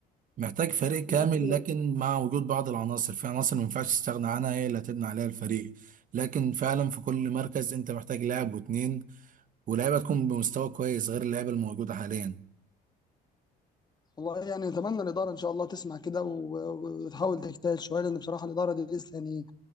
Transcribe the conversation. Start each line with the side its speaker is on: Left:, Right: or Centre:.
Right: محتاج فريق كامل
Left: بس
Right: لكن مع وجود بعض العناصر في عناصر ما ينفعش تستغنى عنها هي اللي هتبني عليها الفريق لكن فعلا في كل مركز انت محتاج لاعب واتنين ولاعيبه تكون بمستوى كويس غير اللعيبه الموجوده حاليا
Left: والله يعني نتمنى الإدارة إن شاء الله تسمع كده و- وتحاول تجتهد شوية لأن بصراحة الإدارة دي لسه يعني